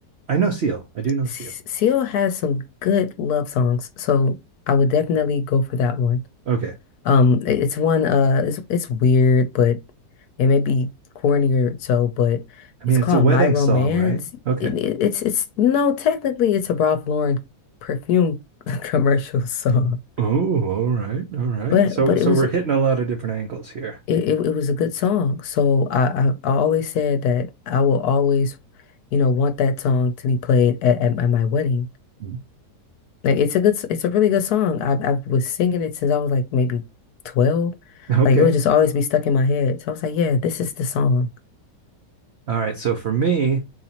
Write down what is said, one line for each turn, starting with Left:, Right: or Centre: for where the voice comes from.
Right: I know Seal. I do know
Left: S-
Right: Seal.
Left: Seal has some good love songs, so I would definitely go for that one.
Right: Okay.
Left: Um, i- it's one uh it's it's weird, but it may be corny or so, but
Right: I mean,
Left: it's
Right: it's
Left: called
Right: a wedding
Left: My Romance.
Right: song, right? Okay.
Left: It, it, it's it's no, technically it's a Ralph Lauren perfume <laughs> commercial song.
Right: Oh, all right, all right.
Left: But
Right: So,
Left: but
Right: so
Left: it was
Right: we're
Left: it,
Right: hitting a lot of different angles here.
Left: it, it was a good song. So I, I I always said that I will always, you know, want that song to be played at, at, at my wedding.
Right: Mm. <laughs>
Left: Like it's a good, s- it's a really good song. I I was singing it since I was like maybe 12.
Right: Okay.
Left: Like it would just always be stuck in my head. So I was like, yeah, this is the song.
Right: All right. So for me,